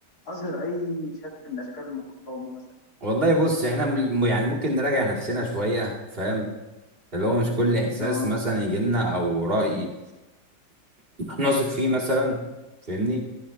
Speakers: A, on the left; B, on the right.
A: اظهر اي شكل من اشكال المقاومه مثلا
B: والله بص احنا م... يعني ممكن نراجع نفسنا شوية فاهم اللي هو مش كل إحساس
A: اه
B: مثلا يجيلنا أو رأي نثق فيه مثلا فاهمني